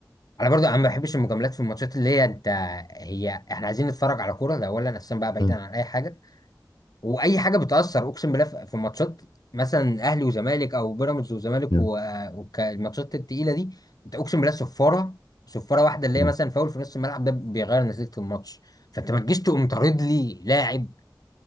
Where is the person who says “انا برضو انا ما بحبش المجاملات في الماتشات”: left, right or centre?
Left